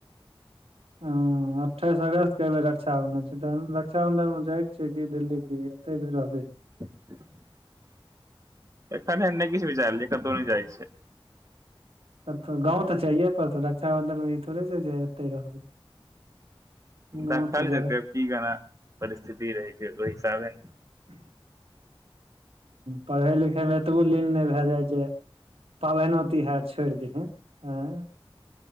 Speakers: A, on the right; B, on the right.
A: ह अठाइस अगस्त कऽ रक्षााबंधन छै तहन रक्षााबंधन म जा छै की दिल्ली की एते रहबै
B: <unintelligible> एखन एहन नै किछ विचारल कतौ नै जाइ छै
A: कतो गाँव तऽ जाइए परतो रक्षााबंधन में ई थोड़े छै जे एते रहबै गाँव
B: देखल
A: तऽ जेबै
B: जेतै की केना परिस्थिति रहै छै ओइ हिसाबे न
A: <unintelligible> पढ़य लिखयमे एतबो लीन नै भैए जाइ जे पाबैनो तिहार छोड़ दिहन <unintelligible>